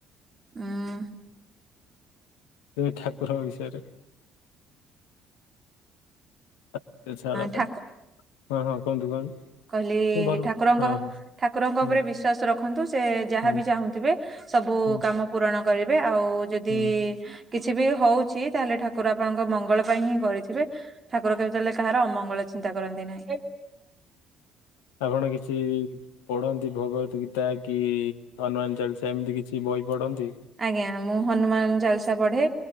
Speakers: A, on the right; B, on the left.
A: ଉମଂ
B: ଏଇ ଠାକୁରଙ୍କ ବିଷୟରେ। ଅ ଛାଡ
A: ଠାକୁ
B: ହଁ ହଁ କୁହନ୍ତୁ କୁହନ୍ତୁ।
A: କହିଲି
B: ଭଲ
A: ଠାକୁରଙ୍କ
B: ହଁ ହଁ
A: ଠାକୁରଙ୍କ
B: ହୁଁ।
A: ଉପରେ ବିଶ୍ୱାସ ରଖନ୍ତୁ ସେ ଯାହା
B: ହୁଁ
A: ବିି ଚାହୁଁଥିବେ ସବୁ
B: ହୁଁ
A: କାମ ପୂରଣ କରିବେ ଆଉ ଯଦି
B: ହୁଁ
A: କିଛି ବି ହଉଛି ତାହେଲେ ଠାକୁର ଆପଣଙ୍କ ମଙ୍ଗଳ ପାଇଁ ହିଁ କରିଥିବେ। ଠାକୁର କେବେ ତାହେଲେ କାହାର ଅମଙ୍ଗଳ ଚିନ୍ତା କରନ୍ତି ନାହିଁ।
B: ଆପଣ କିଛି ପଢନ୍ତି ଭଗବତ ଗୀତା କି ହନୁମାନ ଚାଲିଶା ଏମିତି କିଛି ବହି ପଢନ୍ତି।
A: ଆଜ୍ଞା ମୁଁ ହନୁମାନ ଚାଲିସା ପଢେ